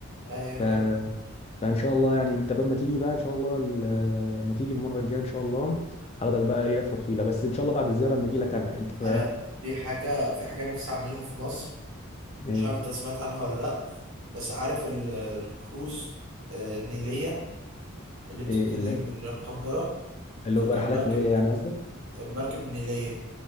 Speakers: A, on the right (about 70°); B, on the left (about 30°).
A: ايوه
B: ف...
A: ايوه
B: فان شاء الله يعني انت بقى ما تيجي بقى ان شاء الله ال- ما تيجي المره الجايه ان شاء الله هاخدك بقى ايه لفه طويله بس ان شاء الله بعد الزياره لما اجي لك انا انت <laughs>
A: انا في حاجه في حاجه نفسي اعملها في مصر
B: ايه
A: مش عارف انت سمعت عنها ولا لا بس عارف ال... الكروز آه، النيليه اللي بتبتدي
B: ايه اللي
A: من القاهره
B: اللي
A: تركب
B: هو رحلات
A: مركب
B: نيليه يعني قصدك
A: مركب نيليه